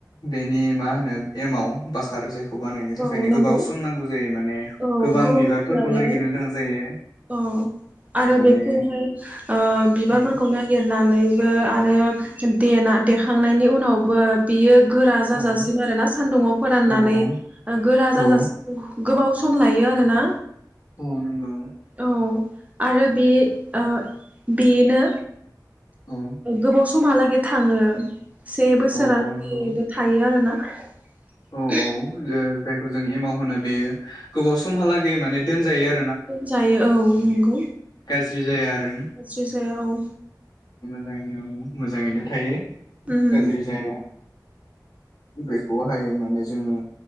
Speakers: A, on the left (about 65°); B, on the right (about 20°).
A: बेनि मा होनो एमाव बाखार जायखौ बानायो। बेओंखायनो
B: औ नंगौ
A: गोबाव सम नांगौ जायो माने
B: औ
A: गोबां
B: गोबाव
A: बिबारफोरखौ
B: सम लायो
A: नायगिरनो गोनां जायो
B: औ आरो
A: माने
B: बेखौहाय ओ बिबारफोरखौ
A: औ
B: नागिर होनानैबो आरो देना देखांनायनि उनावबो बियो गोरा जाजासिम
A: औ
B: आरो ना सान्दुङाव फोराननानै
A: औ औ
B: गोरा
A: औ
B: जाजासिम गोबाव सम लायो आरोना
A: औ नंगौ
B: औ आरो बे ओ बेनो
A: औ
B: गोबाव समहालागै थांङो से बोसोरालागैबो
A: औ औ नंगौ
B: थायो आरोना <unintelligible>
A: औ औ जायखौ जों एमाव होनो बेयो गोबाव समहालागै माने दोनजायो आरो
B: दोनजायो औ नंगौ
A: ज्रि जाया। आरो
B: ज्रि जाया औ
A: मोजाङैनो मोजाङैनो थायो।
B: उम
A: गाज्रि जाया। बेखौहाय माने जोङो